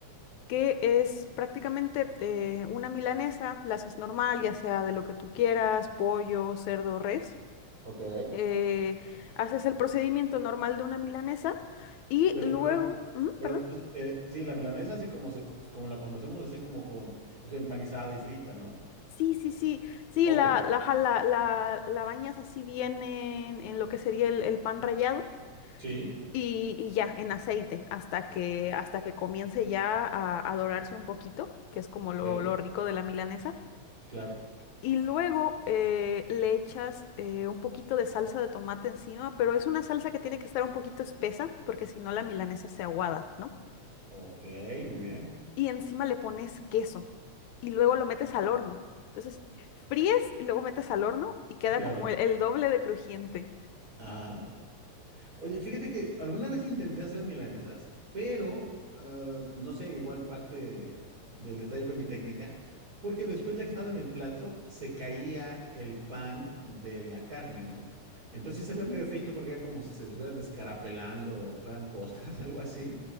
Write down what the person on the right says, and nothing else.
ok.
Pero,
perdón,
perdón,
pues, eh, sí, la milanesa así como, se, co- como la conocemos, así como con, o sea, empanizada y frita, ¿no?
Ok,
sí,
ok,
claro.
Ok, muy bien.
Diablo.
Ajá. Oye, fíjate que alguna vez intenté hacer milanesas, pero ah, no sé, igual parte del detalle fue mi técnica, porque después ya que estaba en el plato, se caía el pan de la carne, ¿no? Entonces se veía medio feito porque era como si se estuviera descarapelando o fueran costras, <laughs> algo así.